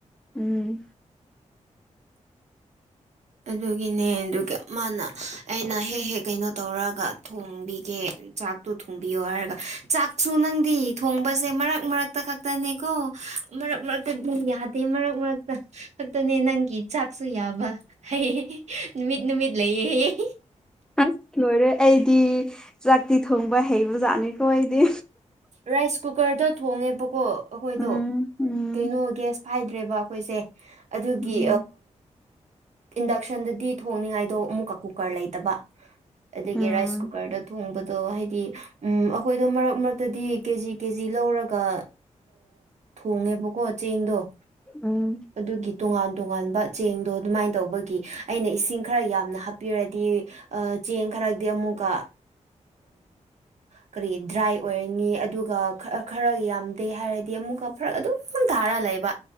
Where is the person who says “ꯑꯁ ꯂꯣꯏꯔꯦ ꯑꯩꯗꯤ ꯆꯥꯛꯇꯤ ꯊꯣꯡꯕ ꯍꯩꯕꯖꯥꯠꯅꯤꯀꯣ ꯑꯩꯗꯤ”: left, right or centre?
Centre